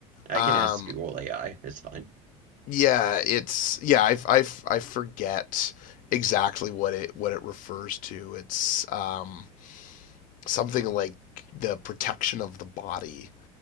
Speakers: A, on the right; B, on the left.
A: can
B: Um,
A: ask Google AI. It's fine.
B: yeah, it's yeah I I I forget exactly what it what it refers to. It's um something like the protection of the body.